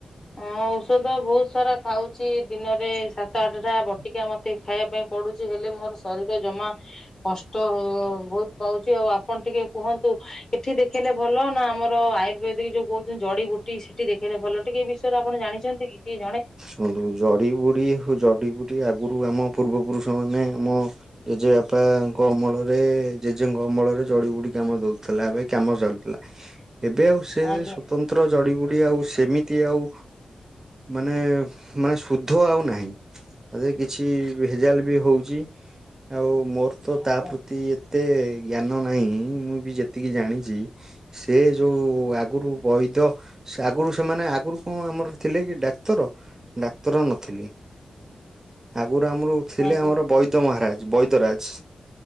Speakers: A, on the left (about 30°); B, on the right (about 25°).
A: ହଁ ଔଷଧ ବହୁତ ସାରା ଖାଉଛି ଦିନରେ ସାତ ଆଠଟା ବଟିକା ମତେ ଏତେ ଖାଇବା ପାଇଁ ପଡୁଛି ହେଲେ ମୋର ଶରୀର ଜମା କଷ୍ଟ ବହୁତ ପାଉଛି ଆଉ ଆପଣ ଟିକେ କୁହନ୍ତୁ ଏଠି ଦେଖେଇଲେ ଭଲ ନା ଆମର ଆଇ ି ଯୋଉ କହୁଛନ୍ତି ଜଡି ବୁଟି ସ ସେଠି ଦେଖେଇଲେ ଭଲ ଟିକେ ବିଷୟରେ ଆପଣ ଜାଣିଛନ୍ତି କିଏ ଜଣେ?
B: ହନ୍ତୁ ଜଡି ବୁଡି ହଉ ଜଡି ବୁଡି ଆଗରୁ ଆମ ପୂର୍ବ ପୁରୁଷ ମାନେ ଆମ ଜେଜେ ବାପାଙ୍କ ଅମଳ ଜେଜେଙ୍କମଳରେ ଚଡି ବୁଡି କାମ ଦଉଥିଲା ଏବେ କାମ ସଡୁଥିଲା ଏବେ ଆଉ ସେ
A: ଆଜ୍ଞା
B: ସ୍ଵତନ୍ତ୍ର ଜଡିିବୁଡି ଆଉ ସେମିତି ଆଉ ମାନେ ମାନେ ଶୁଦ୍ଧ ଆଉ ନାହିଁ ତାରେ କିଛି ଭେଜାଲ ବି ହଉଛି। ଆଉ ମୋର ତ
A: ଆଜ୍ଞା
B: ତା ପ୍ରତି ଏତେ ଜ୍ଞାନ ନାହିଁ। ମୁଁ ବି ଯେତିକି ଜାଣିଛି। ସେ ଯୋଉ ଆଗରୁ ବୈଦ ସେ ଆଗରୁ ସେମାନେ ଆଗରୁ ହଁ ଆମର ଥିଲେ କି ଡାକ୍ତର। ଡାକ୍ତର ନଥିଲି ଆଗରୁ ଆମର ଥିଲେ
A: ଆଜ୍ଞା
B: ଆମର ବୈଦ ମହାରାଜ। ବୈଦରାଜ